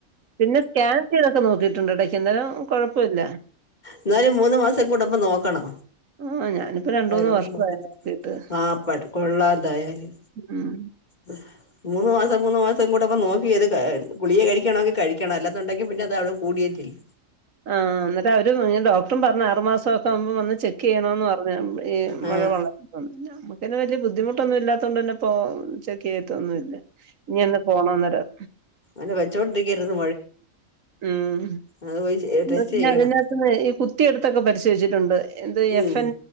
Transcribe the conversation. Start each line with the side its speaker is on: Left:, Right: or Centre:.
Right: പിന്നെ സ്കാൻ ചെയ്തൊക്കെ നോക്കിട്ടുണ്ട്. ഇടക്ക് എന്നാലും കൊഴപ്പുല്ല.
Left: ഇന്നാലും മൂന്നു മാസം കൂടുമ്പം നോക്കണം.
Right: ആഹ് ഞാനിപ്പോ രണ്ട്
Left: അവരോട്
Right: മൂന്ന് വർഷമായി
Left: നോക്കണം.
Right: നോക്കിട്ട്
Left: ആ പ <unintelligible> ട് കൊള്ളാ ണ്ടായാല്.
Right: ഉം
Left: ഉം മൂന്ന് മാസം മൂന്ന് മാസം കൂടുമ്പം നോക്കിയത്. ഗുളിക കഴിക്കണെങ്കി കഴിക്കണം. അല്ലെന്നുണ്ടെങ്കിൽ പിന്നെ അത് അവിടെ കൂടേയും ചെയ്യും.
Right: ആ ഇന്നട്ട് അവര് ഇ ഡോക്ടറും പറഞ്ഞ് ആറ് മാസം ഒക്കെ ആവുമ്പം വന്ന്. ചെക്ക് ചെയ്യണോന്ന് പറഞ്ഞ്. ഈ മഴ
Left: ആഹ്
Right: കൊള്ളാൻ നമുക്കെന്നെ വല്യെ ബുദ്ധിമുട്ടൊന്നും ഇല്ലാത്തോണ്ടെന്നെ ഇപ്പോ ചെക്ക് ചെയ്യത്തൊന്നും ഇല്ല. ഇനി ഒന്ന് പോണന്നെരം
Left: അങ്ങനെ വെച്ചോണ്ടിരിക്കരുത്
Right: ഉം
Left: അഹ് പോയി. ടെസ്റ്റ്
Right: പിന്നെ
Left: ചെയ്യണം
Right: അതിനകത്ത്ന്നെ ഈ കുത്തിയെടുത്തൊക്കെ പരിശോധിച്ചിട്ടുണ്ട്. എന്ത്
Left: ഉം
Right: F N